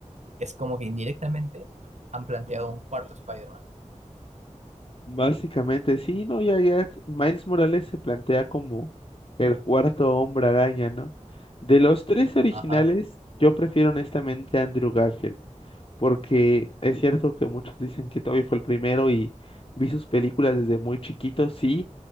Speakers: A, on the right (about 60°); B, on the left (about 45°).
A: es como que indirectamente han planteado un cuarto Spider-Man.
B: Básicamente, sí, no, ya, ya, Miles Morales se plantea como el cuarto Hombre Araña, ¿no? De los tres originales,
A: Ajá.
B: yo prefiero honestamente a Andrew Garfield. porque es cierto que muchos dicen que Toby fue el primero y vi sus películas desde muy chiquito, sí,